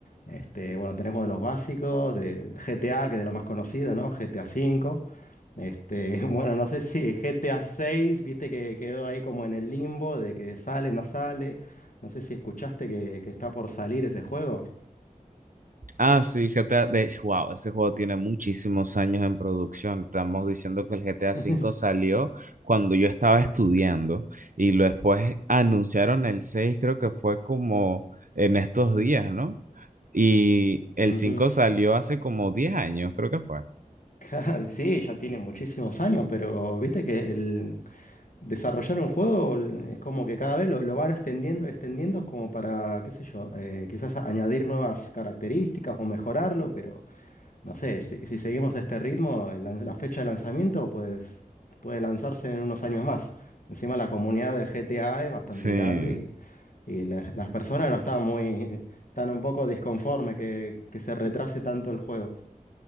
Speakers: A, on the left; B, on the right.
A: este, bueno, tenemos de los básicos, de GTA, que es de lo más conocido, ¿no? GTA cinco Este, <laughs> bueno, no sé si GTA 6 viste que quedó ahí como en el limbo de que sale, no sale. No sé si escuchaste que, que está por salir ese juego.
B: Ah, sí, GTA. De hecho, wow, ese juego tiene muchísimos años en producción. Estamos diciendo que el GTA V
A: <laughs>
B: salió cuando yo estaba estudiando y lo después anunciaron el 6, creo que fue como en estos días, ¿no? Y el
A: Ujú.
B: 5 salió hace como 10 años, creo que fue.
A: Claro, sí, ya tiene muchísimos años, pero viste que el desarrollar un juego el- es como que cada vez lo, lo van extendiendo y extendiendo como para, qué sé yo, eh, quizás a- añadir nuevas características o mejorarlo, pero no sé, si, si seguimos a este ritmo, el lan- la, fecha de lanzamiento pues puede lanzarse en unos años más. Encima la comunidad del GTA es bastante
B: Sí,
A: grande y, y la- las personas no están muy, están un poco disconformes que que se retrase tanto el juego.